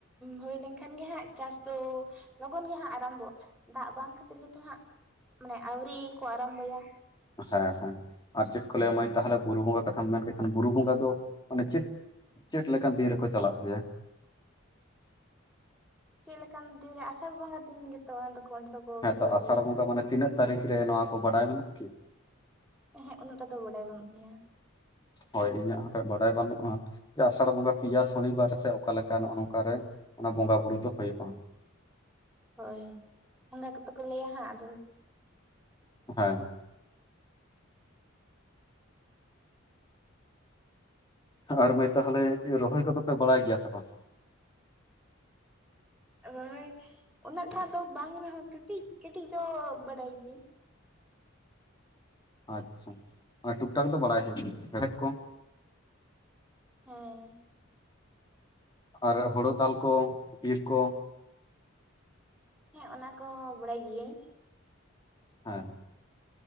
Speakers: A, in the centre; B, on the left.
A: ᱦᱩᱭ ᱞᱮᱱᱠᱷᱟᱱ ᱜᱮ ᱦᱟᱜ ᱪᱟᱥ ᱫᱚ ᱞᱚᱜᱚᱱ ᱜᱮ ᱦᱟᱸᱜ ᱟᱨᱟᱢ ᱵᱚᱜᱼᱟ ᱫᱟᱜ ᱵᱟᱝ ᱠᱷᱟᱹᱛᱤᱨ ᱜᱮᱛᱚ ᱦᱟᱸᱜ ᱢᱟᱱᱮ ᱟᱹᱣᱨᱤ ᱠᱚ ᱟᱨᱟᱢ ᱵᱚᱭᱟ᱾
B: ᱦᱮᱸ ᱦᱮᱸ ᱟᱨ ᱪᱮᱫ ᱠᱚ ᱞᱟᱹᱭᱟᱹ ᱢᱟᱹᱭ ᱛᱟᱦᱚᱞᱮ ᱵᱩᱨᱩ ᱵᱚᱸᱜᱟ ᱠᱟᱛᱷᱟᱢ ᱢᱮᱱ ᱠᱮᱫᱠᱷᱟᱱ ᱵᱩᱨᱩ ᱵᱚᱸᱜᱟ ᱫᱚ ᱢᱟᱱᱮ ᱪᱮᱫ? ᱪᱮᱫ ᱞᱮᱠᱟᱱ ᱫᱤᱱ ᱨᱮᱠᱚ ᱪᱟᱞᱟᱜ ᱜᱮᱭᱟ?
A: ᱪᱮᱫ ᱞᱮᱠᱟᱱ ᱫᱤᱱᱨᱮ ᱟᱥᱟᱲ ᱵᱚᱸᱜᱟ ᱫᱤᱱ ᱜᱮᱛᱚ ᱫᱚᱠᱚ
B: ᱦᱮᱸ
A: ᱪᱟᱞᱟᱜ
B: ᱛᱚ ᱟᱥᱟᱲ
A: ᱜᱮᱭᱟ
B: ᱵᱚᱸᱜᱟ ᱢᱟᱱᱮ ᱛᱤᱱᱟᱹᱜ ᱛᱟᱹᱨᱤᱠᱷ ᱨᱮ ᱱᱚᱣᱟ ᱠᱚ ᱵᱟᱰᱟᱭ ᱢᱮᱱᱟᱜᱼᱟ ᱠᱤ?
A: ᱮᱦᱮᱜᱸ ᱩᱱᱟᱹᱜ ᱴᱟᱜ ᱫᱚ ᱵᱟᱰᱟᱭ ᱵᱟᱹᱱᱩᱜ ᱛᱤᱧᱟᱹ᱾
B: ᱦᱳᱭ ᱤᱧᱟᱹᱜ ᱦᱚᱸ ᱠᱷᱟᱡ ᱵᱟᱰᱟᱭ ᱵᱟᱹᱱᱩᱜᱼᱟ ᱟᱥᱟᱲ ᱵᱚᱸᱜᱟ ᱯᱮᱭᱟ ᱥᱚᱱᱤ ᱵᱟᱨ ᱥᱮ ᱚᱠᱟ ᱞᱮᱠᱟ ᱱᱚᱜᱼᱚ ᱱᱚᱝᱠᱟ ᱨᱮ ᱚᱱᱟ ᱵᱚᱸᱜᱟᱼᱵᱩᱨᱩ ᱫᱚ ᱦᱩᱭᱩᱜᱼᱟᱲ᱾
A: ᱦᱳᱭ ᱚᱱᱟ ᱠᱚᱫᱚ ᱠᱚ ᱞᱟᱹᱭᱟ ᱦᱟᱸᱜ ᱟᱫᱚ
B: ᱦᱮ ᱟᱨ ᱢᱟᱹᱭ ᱛᱟᱦᱚᱞᱮ ᱨᱚᱦᱚᱭ ᱠᱚᱫᱚ ᱯᱮ ᱵᱟᱲᱟᱭ ᱜᱮᱭᱟ ᱥᱮ ᱵᱟᱝ
A: ᱨᱚᱦᱚᱭ ᱩᱱᱟᱹᱜ ᱴᱟᱜ ᱫᱚ ᱵᱟᱝ ᱨᱮᱦᱚᱸ ᱠᱟᱹᱴᱤᱡ ᱠᱟᱹᱴᱤᱡ ᱫᱚ ᱵᱟᱰᱟᱭ ᱜᱮᱭᱟᱹᱧ
B: ᱟᱪᱪᱷᱟ ᱚᱱᱮ ᱴᱩᱠ ᱴᱟᱠ ᱫᱚ ᱵᱟᱲᱟᱭ ᱦᱮᱲᱮᱫ ᱠᱚ
A: ᱦᱮᱸ
B: ᱟᱨ ᱦᱳᱲᱳ ᱛᱟᱞ ᱠᱚ ᱤᱨ ᱠᱚ
A: ᱦᱮᱸ ᱚᱱᱟ ᱠᱚᱦᱚᱸ ᱵᱟᱲᱟᱭ ᱜᱤᱭᱟᱹᱧ
B: ᱦᱮᱸ